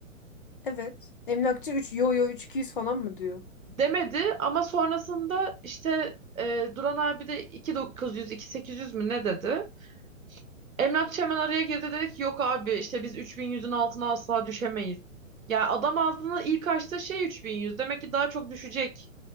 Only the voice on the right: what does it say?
demedi ama sonrasında işte e, Duran abi de 2900 2800 mü ne dedi? Emlakçı hemen araya girdi dedi ki yok abi işte biz 3100'ün altına asla düşemeyiz. Ya adam ağzını ilk açtığı şey 3100 demek ki daha çok düşecek.